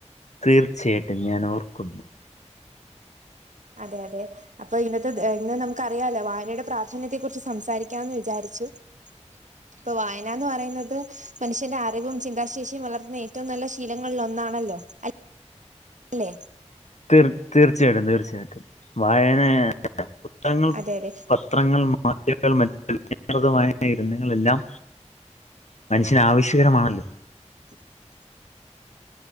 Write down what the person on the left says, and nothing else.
തീർച്ചയായിട്ടും ഞാൻ ഓർക്കുന്നു
തീർ തീർച്ചയായിട്ടും തീർച്ചയായിട്ടും വായനങ്ങൾ പ
പത്രങ്ങൾ മാധ്യകൾ മറ്റജഞമായ ഇരുന്നങ്ങളെല്ലാം മനുഷ്യന് ആവശ്യകരമാണല്ലോ